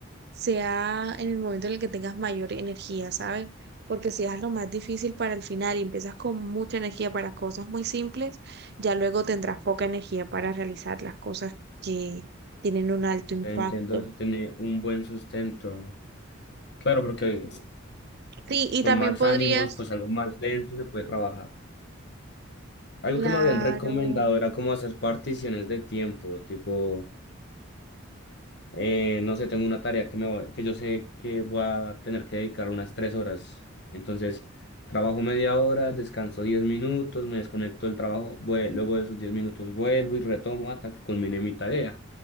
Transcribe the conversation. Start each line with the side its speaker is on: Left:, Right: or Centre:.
Right: sea en el momento en el que tengas mayor energía, ¿saben? Porque si haces lo más difícil para el final y empiezas con mucha energía para cosas muy simples, ya luego tendrás poca energía para realizar las cosas que tienen un alto impacto.
Left: Eh, Entiendo, eso tiene un buen sustento. Claro, porque
Right: Sí, y
Left: con
Right: también
Left: más
Right: podrías,
Left: ánimos, pues algo más denso se puede trabajar. Algo
Right: claro.
Left: que me habían recomendado era como hacer particiones de tiempo, tipo, eh, no sé, tengo una tarea que, me, voy- que yo sé que voy a tener que dedicar unas tres horas. Entonces, trabajo media hora, descanso diez minutos, me desconecto del trabajo, vue- luego de esos diez minutos vuelvo y retomo hasta que culmine mi tarea.